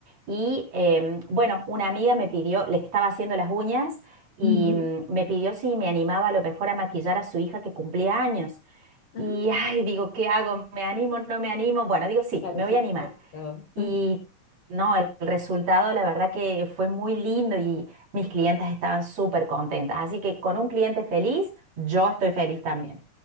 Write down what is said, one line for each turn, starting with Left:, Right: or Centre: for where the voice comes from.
Right: y em, bueno, una amiga me pidió, le estaba haciendo las uñas y
Left: Ujú.
Right: mm, me pidió si me animaba a lo mejor a maquillar a su hija que cumplía años.
Left: Ah,
Right: Y ay, digo, ¿qué hago? ¿Me animo? ¿No me animo? Bueno, digo, sí,
Left: claro,
Right: me
Left: siempre
Right: voy a animar.
Left: lo he escuchado.
Right: Y no, el resultado la verdad que fue muy lindo y mis clientes estaban súper contentas. Así que con un cliente feliz, yo estoy feliz también.